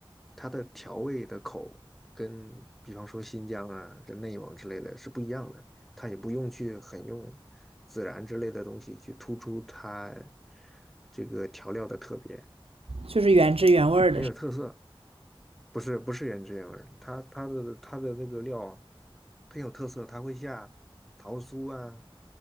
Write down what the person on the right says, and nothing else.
就是原汁原味儿的是吧